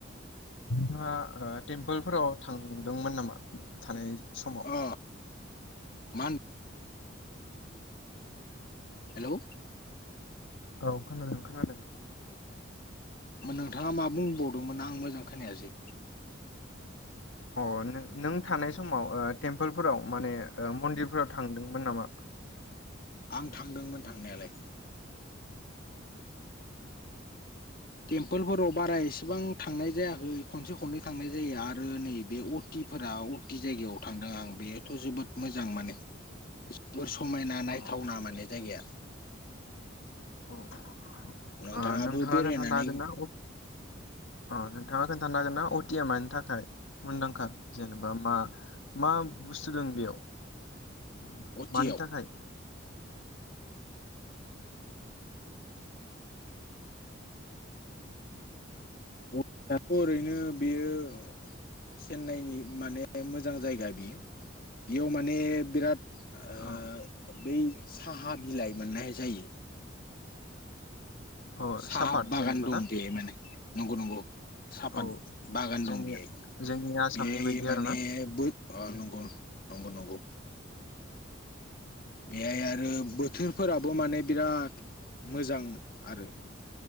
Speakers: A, on the left; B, on the left.
A: नोंथांहा टेम्पोलफोराव थांदोंमोन नामा थानाय समाव?
B: अ मा होन हेलौ।
A: औ खोनादों खोनादों।
B: नोंथाङा मा बुंबावदोंमोन आं मोजां खोनायासै?
A: अ नों नों थानाय समाव ओ टेम्पोलफोराव माने मन्दिरफोराव थांदोंमोन नामा?
B: आं थांदोंमोन थांनायालाय। टेम्पोलफोराव बारा एसेबां थांनाय जायाखै खनसे खननै थांनाय जायो आरो नैबे अ अटिफोराव अटि जायगायाव थांदों आं बेयोथ' जोबोद मोजां माने जोबोद समायना नायथावना
A: अ
B: माने जायगाया।
A: अ ओह
B: नोंथाङाबो
A: नोंथाङा
B: बेरायनानै
A: खोनथाना हागोनना अट औ नोंथाङा खोन्थानो हागोन ना अटिया मानि थाखाय मुंदांखा जेनेबा मा मा बुस्थु दं बेयाव
B: अटियाव
A: मानि थाखाय?
B: <unintelligible> ओरैनो बेयो चेन्नाइनि माने मोजां जायगा बियो। बेयाव माने बिराद ओह
A: अ
B: बै साहा बिलाइ मोननाय जायो।
A: अ
B: साहा
A: सापात
B: बागान
A: जेनेबा
B: दं
A: ना
B: बे माने, नंगौ नंगौ। सापात
A: औ
B: बागान
A: जोंनि
B: दं बेहाय
A: जोंनि आसामनि
B: बेहाय
A: बायदि
B: माने
A: आरोना
B: बै अ नंगौ नंगौ नंगौ। बेहाय आरो बोथोरफोराबो माने बिराद मोजां आरो।